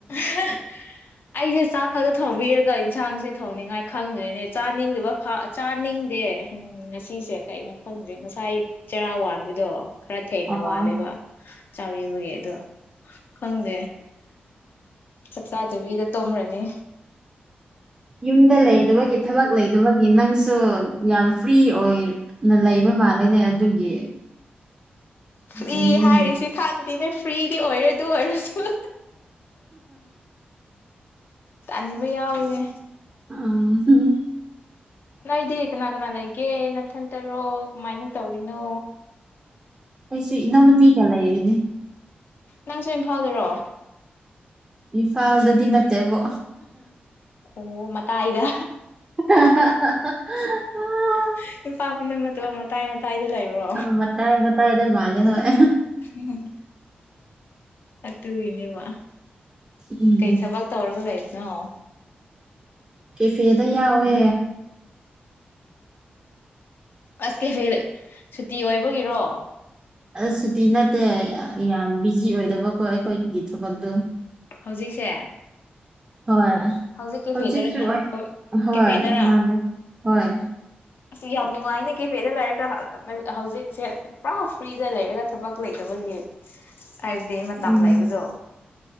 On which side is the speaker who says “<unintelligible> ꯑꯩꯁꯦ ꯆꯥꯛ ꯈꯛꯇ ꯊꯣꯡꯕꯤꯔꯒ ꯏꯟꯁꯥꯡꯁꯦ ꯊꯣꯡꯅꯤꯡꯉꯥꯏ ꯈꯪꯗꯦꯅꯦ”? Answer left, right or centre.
Left